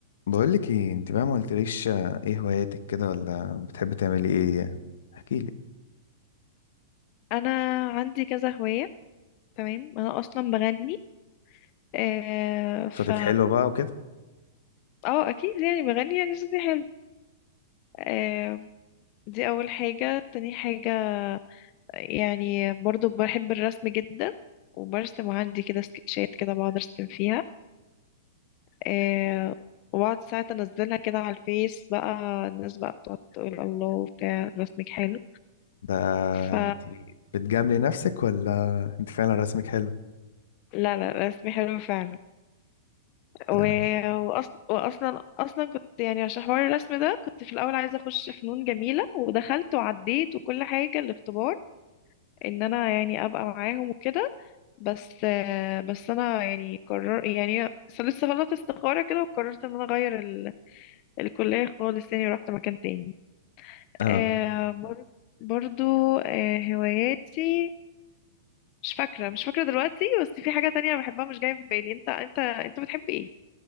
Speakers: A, on the left; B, on the left.
A: بقولك ايه انت بقى ما قلتليش آه، ايه هواياتك كده ولا بتحب تعملي ايه يعني احكيلي
B: انا عندي كذا هواية تمام انا اصلا بغني آه ف
A: صوتك حلو بقى وكده
B: اه اكيد يعني بغني يعني صوتي حلو آه دي اول حاجة تاني حاجة يعني برضو بحب الرسم جدا وبرسم عندي كده سكتشات كده بقعد ارسم فيها آه وبقعد ساعات انزلها كده على الفيس بقى الناس بقى بتقعد تقول الله بتاع رسمك حلو
A: ده
B: ف
A: انت بتجاملي نفسك ولا انت فعلا رسمك حلو
B: لا لا رسمي حلو فعلا
A: تمام
B: و... وأصل... واصلا اصلا كنت يعني عشان حوار الرسم ده كنت في الاول عايزه اخش فنون جميله ودخلت وعديت وكل حاجه الاختبار ان انا يعني ابقى معاهم وكده بس آه، بس انا يعني قرر يعني س- لسه فضلت استخاره كده وقررت ان انا اغير ال... الكليه خالص تاني ورحت مكان تاني
A: اه
B: آه، بر... برضو آه، هواياتي مش فاكره مش فاكره دلوقتي بس في حاجه تانية بحبها مش جايه في بالي انت انت انت بتحب ايه